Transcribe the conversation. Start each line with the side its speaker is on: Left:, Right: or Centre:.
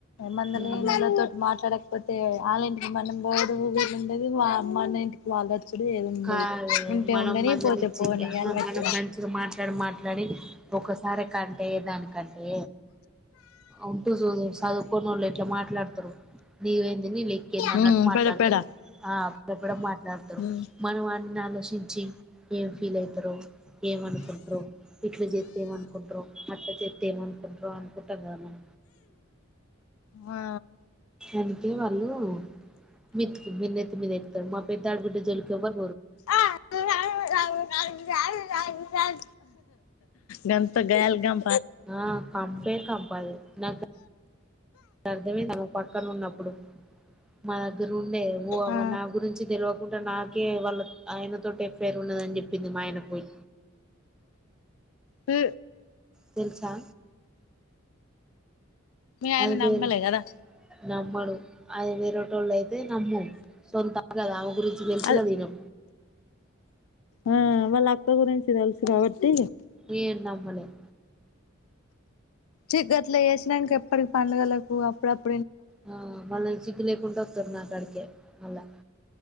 Left: మందలియనోలతోటి
Centre: కంటది
Left: మాట్లాడకపోతే ఆళ్ళ ఇంటికి మనం పోవుడు ఉండది మా మన ఇంటికి వాళ్ళు వచ్చుడు ఏది ఉండదు
Centre: కాదే మనం
Left: ఉంటే
Centre: మనం
Left: ఉండని
Centre: మందలిచ్చి
Left: పోతే పోని
Centre: ఆహా
Left: అని పెట్టిన
Centre: మనం మంచిగా మాట్లాడి మాట్లాడి ఒకసారి కంటయి యేదానికంటే ఉంటూ చవు చదువుకోనోళ్ళు ఎట్లా మాట్లాడతరు. నీవేంది నీ లెక్కేంది అన్నట్టు
Left: ఉమ్
Centre: మాట్లాడతరు
Left: పెడ పెడ
Centre: ఆ అప్పుడప్పుడు మాట్లాడతరు.
Left: ఉమ్
Centre: అన్ని ఆలోచించి ఏం ఫీల్ అయితరో ఏమనుకుంట్రో, ఇట్ల చేత్తె ఏమనుకుంటరో, అట్ల చేత్తే ఏమనుకుంటరో అనుకుంటంకదా మనం
Left: ఆ
Centre: అందుకే వాళ్ళు మిత్తి మీ నెత్తిమీద ఎక్కుతది మా పెద్ద ఆడుబిడ్డ జోలికి ఎవరు
Left: ఆహా హ గంత గయ్యాలి గం
Centre: ఆ కంపే కంపా అది నాకు అర్దమే కాదు. పక్కన ఉన్నప్పుడు మా దగ్గర ఉండే ఓ అవ్వా
Left: ఆ
Centre: నా గురించి తెలవ కుంటే నాకే వాళ్ళ ఆయన తోటి ఎఫయిర్ ఉన్నదని చెప్పింది మా ఆయన కి పోయి
Left: ఉ
Centre: తెలుసా
Left: మీ ఆయన
Centre: అది
Left: నమ్మలే
Centre: వేరు
Left: కదా
Centre: నమ్మడు అది వేరేటోళ్ళు అయి తే నమ్ము సొంతం గదా అమే గురించి తెలుసు
Left: అ
Centre: కదా నీకు
Left: ఆ వాళ్ళ అక్క గురించి తెలుసు కాబట్టి
Centre: ఏం నమ్మలేం
Left: చి గట్లా చేేసినంక ఎప్పటికి పండగలకు అప్పుడప్పు
Centre: ఆ మళ్ళ సిగ్గు లేకుండా వత్తరు నాకాడికే మళ్ళా